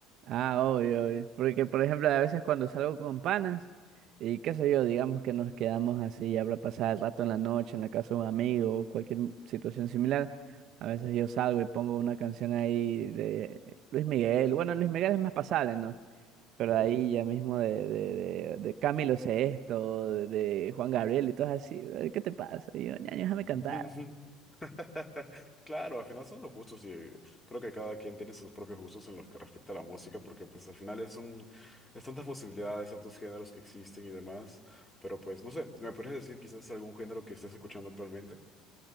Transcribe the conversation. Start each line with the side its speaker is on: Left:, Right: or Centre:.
Right: Ah, obvio, obvio. Porque, por ejemplo, a veces cuando salgo con panas y qué sé yo, digamos que nos quedamos así, ya habrá pasado el rato en la noche en la casa de un amigo o cualquier situación similar, a veces yo salgo y pongo una canción ahí de Luis Miguel. Bueno, Luis Miguel es más pasable, ¿no? Pero
Left: Ujú.
Right: ahí ya mismo de, de, de, de Camilo Sesto, de, de Juan Gabriel y todo así. "Ay, ¿Qué te pasa? Y yo, ñaño, déjame
Left: <laughs>
Right: cantar.
Left: <laughs> Claro, al final son los gustos y eh, creo que cada quien tiene sus propios gustos en los que respecta a la música, porque pues al final es un, es tantas posibilidades, tantos géneros que existen y demás, pero pues no sé, ¿me podrías decir quizás algún género que estés escuchando actualmente?